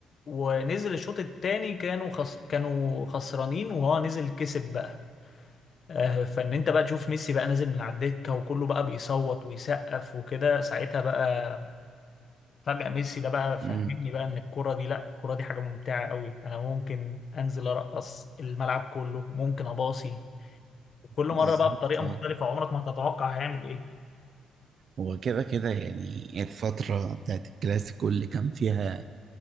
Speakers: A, on the left (about 50°); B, on the right (about 55°).
A: ونزل الشوط التاني كانوا خس... كانوا خسرانين وهو نزل كسب بقى آه، فان انت بقى تشوف ميسي بقى نازل من على الدكه وكله بقى بيصوت ويسقف وكده ساعتها بقى فجأة ميسي ده بقى فهمني
B: امم
A: بقى ان الكرة دي لا الكرة دي حاجة ممتعة قوي انا ممكن انزل ارقص الملعب كله ممكن اباصي وكل مرة
B: بالظبط
A: بقى بطريقة
B: اه
A: مختلفة عمرك ما هتتوقع هيعمل ايه
B: هو كده كده يعني الفترة بتاعت الكلاسيكو اللي كان فيها